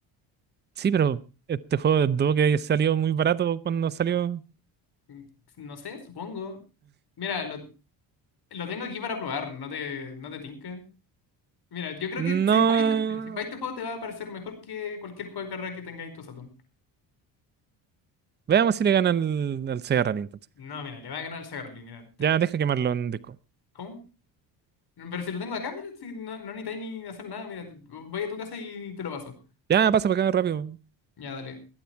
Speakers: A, on the right; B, on the left.
A: Sí, pero este juego de Duo que salió muy barato cuando salió.
B: Mm, No sé, supongo. Mira, lo, lo tengo aquí para probar, no te, no te tinca. Mira, yo creo
A: No.
B: que si jugáis, este- si jugáis este juego te va a parecer mejor que cualquier juego de carrera que tengáis en tu Saturn.
A: Veamos si le gana al, al Sega Rally entonces.
B: No, mira, le va a ganar el Sagarly, mira. te-
A: Ya, deja quemarlo en disco.
B: ¿Cómo? Pero si lo tengo acá, mira, si no, no necesitáis ni hacer nada, mira, te- voy a tu casa y te lo paso.
A: Ya, pasa para acá rápido.
B: Ya, dale.